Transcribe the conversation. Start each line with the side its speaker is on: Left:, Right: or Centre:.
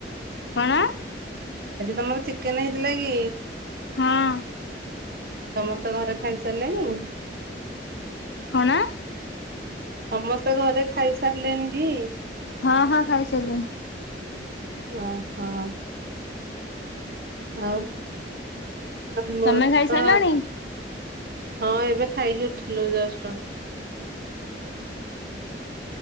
Left: କଣ?
Right: ଆଜି ତମର ଚିକେନ ହେଇଥିଲା କି?
Left: ହଁ
Right: ସମସ୍ତେ ଘରେ ଖାଇ ସାରିଲେଣି?
Left: କଣ?
Right: ସମସ୍ତେ ଘରେ ଖାଇ ସାରିଲେଣି କି?
Left: ହଁ ହଁ ଖାଇସାରିଲେଣି।
Right: ଓହୋ ଆଉ ଆମର
Left: ତମେ ଖାଇସାରିଲଣି?
Right: ତ ହଁ ଏବେ ଖାଇକି ଉଠିଲୁ ଜଷ୍ଟ।